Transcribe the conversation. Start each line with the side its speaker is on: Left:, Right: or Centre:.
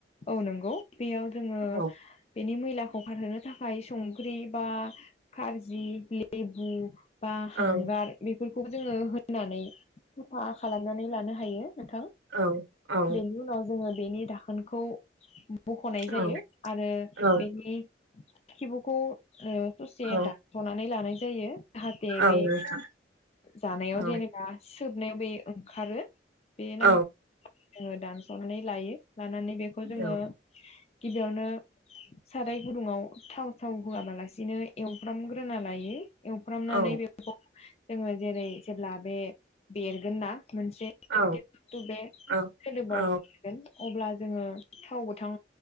Left: औ नंगौ बेयाव जोङो।
Right: औ
Left: बेनि मैलाखौ खारहोनो थाखाय संख्रि बा खाजि लेबु बा
Right: औ
Left: हांगार बेफोरखौबो जोङो होननानै साफा खालामनानै लानो हायो। नोंथां
Right: औ औ
Left: बेनि उनाव जोङो बेनि दाखोनखौ। बख'नाय जायो
Right: औ
Left: आरो
Right: औ
Left: बेनि खिबुखौ ससे
Right: औ
Left: दानस'नानै लानाय जायो। जाहाथे
Right: औ
Left: बे
Right: नोंथां
Left: जानायाव
Right: औ
Left: जेनेबा सोबनायाव बे ओंखारो। बे
Right: औ
Left: नांगौ जोङो दानस'नानै लायो लानानै बेखौ जोङो।
Right: औ
Left: गिबियावनो साराय गुदुंङाव थाव थाव होआबालासिनो एवफ्रामग्रोना लायो। एवफ्रामनानै
Right: औ
Left: बेफोरखौ जोङो जेरै जेब्ला बे दरगोन ना। मोनसे
Right: औ
Left: बे सोदोबाव
Right: औ औ
Left: अब्ला जोङो थाव गोथां